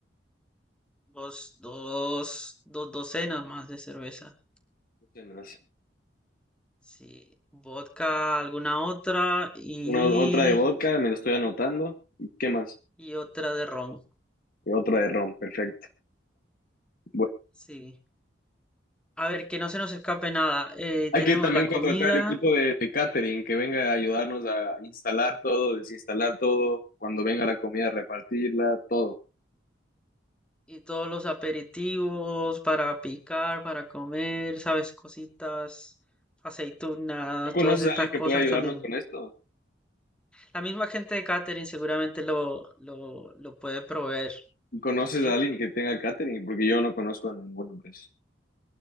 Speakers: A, in the centre; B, on the left.
A: Dos, dos, dos docenas más de cerveza.
B: No sé, no.
A: Sí, vodka, alguna otra y,
B: Una, otra de vodka, me lo estoy anotando. ¿Y qué más?
A: y otra de ron.
B: Y otra de ron, perfecto. Bueno,
A: Sí. A ver, que no se nos escape nada. Eh,
B: hay
A: tenemos
B: que también
A: la comida
B: contratar al equipo de, de catering que venga a ayudarnos a instalar todo, desinstalar todo, cuando venga la comida, repartirla, todo.
A: y todos los aperitivos para picar, para comer, sabes, cositas, aceitunas,
B: ¿Tú conoces
A: todas estas
B: a alguien que
A: cosas
B: pueda ayudarnos
A: también.
B: con esto?
A: La misma gente de catering seguramente lo, lo, lo puede proveer,
B: ¿Conoces
A: ¿sí?
B: a alguien que tenga catering? Porque yo no conozco a ninguna empresa.